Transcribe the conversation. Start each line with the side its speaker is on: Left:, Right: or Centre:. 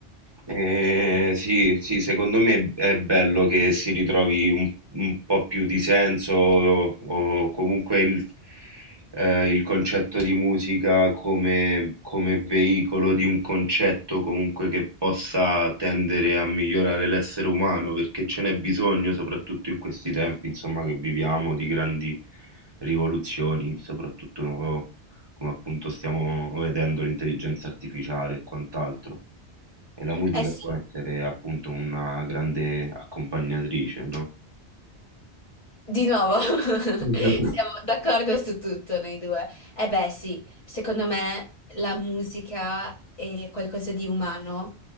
Right: Eh, sì, sì, secondo me è bello che si ritrovi un, un po' più di senso o, o comunque il, eh, il concetto di musica come, come veicolo di un concetto comunque che possa tendere a migliorare l'essere umano, perché ce n'è bisogno, soprattutto in questi tempi, insomma, che viviamo di grandi rivoluzioni, soprattutto come appunto stiamo vedendo l'intelligenza artificiale e quant'altro. E la musica
Left: Eh sì,
Right: può essere appunto una grande accompagnatrice, no?
Left: di nuovo, <laughs> siamo
Right: Mhm.
Left: d'accordo su tutto noi due. Eh beh sì, secondo me la musica è qualcosa di umano